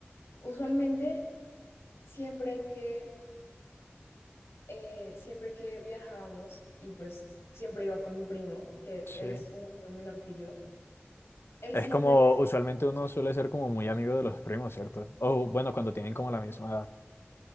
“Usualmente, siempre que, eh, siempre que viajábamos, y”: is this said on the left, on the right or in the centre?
Left